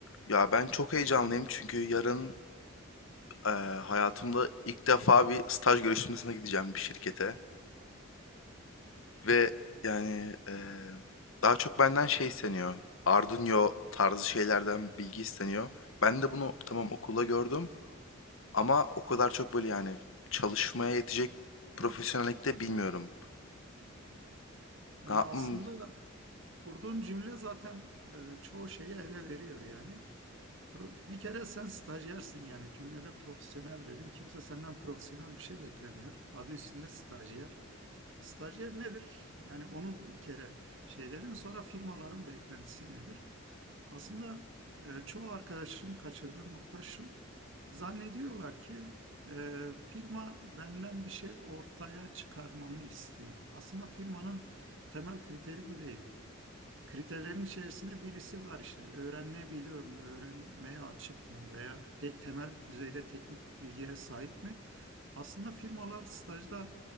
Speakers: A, on the left; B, on the right.
A: Ya ben çok heyecanlıyım çünkü yarın eee, hayatımda ilk defa bir staj görüşmesine gideceğim bir şirkete. Ve yani eee, daha çok benden şey isteniyor. Arduino tarzı şeylerden bilgi isteniyor. Ben de bunu tamam okulda gördüm ama o kadar çok böyle yani çalışmaya yetecek profesyonellikte bilmiyorum.
B: Yani
A: Ne yapayım?
B: aslında kurduğun cümle zaten e, çoğu şeyi ele veriyor yani. Pro- bir kere sen stajyersin yani cümlede profesyonel dedin. Kimse senden profesyonel bir şey beklemiyor. Adı üstünde stajyer. Stajyer nedir? Yani onu bir kere şey dedim. Sonra firmaların beklentisi nedir? Aslında e, çoğu arkadaşın kaçırdığı nokta şu. Zannediyorlar ki e, firma benden bir şey ortaya çıkarmamı istiyor. Aslında firmanın temel kriteri bu değil. Kriterlerin içerisinde birisi var işte. Öğrenebiliyor mu, öğrenmeye açık mı veya te- temel düzeyde teknik bilgiye sahip mi? Aslında firmalar stajda